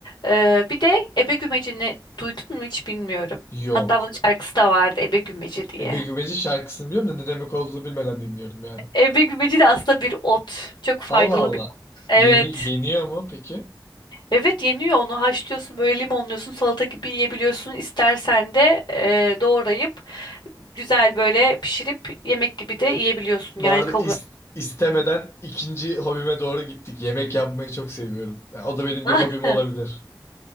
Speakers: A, on the left; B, on the left.
A: Ee, bir de ebe gümecini duydun mu hiç bilmiyorum.
B: Yok.
A: Hatta bunun şarkısı da vardı ebe gümeci diye.
B: Ebe Güveci şarkısını biliyorum da ne demek olduğunu bilmeden dinliyorum yani.
A: Ebe gümeci de aslında bir ot. Çok faydalı
B: Allah Allah.
A: bir. Evet.
B: Yeni yeniyor mu peki?
A: Evet yeniyor onu haşlıyorsun böyle limonluyorsun salata gibi yiyebiliyorsun. İstersen de e, doğrayıp güzel böyle pişirip yemek gibi de yiyebiliyorsun
B: Bu
A: yani
B: arada
A: kavurma.
B: is- istemeden ikinci hobime doğru gittik. Yemek yapmayı çok seviyorum. Yani o da benim
A: <laughs>
B: bir hobim olabilir.